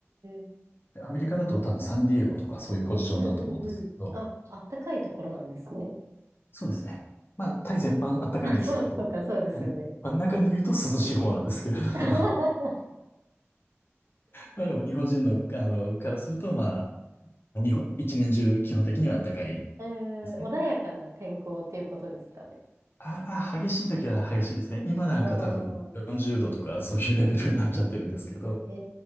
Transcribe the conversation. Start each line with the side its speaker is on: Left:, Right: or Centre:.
Right: ー、
Left: でアメリカだと多分サンディエゴとかそういうポジションだと思うんですけど、
Right: うんうんうん。あ、あったかいところなんですね。
Left: そうですね。まあ、タイ全般あったかいんですけれど、
Right: <laughs> あそう、そうか、そうですよね。
Left: <laughs> まあ、中で言うと涼しい方なんですけれど、
Right: <laughs>
Left: <laughs> まあでも日本人の、あの、からすると、まあ、日本、一年中基本的にはあったかい
Right: えー、
Left: ですね。
Right: 穏やかな天候っていうことですかね。
Left: あ、まあ、激しい時は激しいですね。今なんか多分40度とかそういうレベルになっちゃってるんですけど、
Right: ああ、え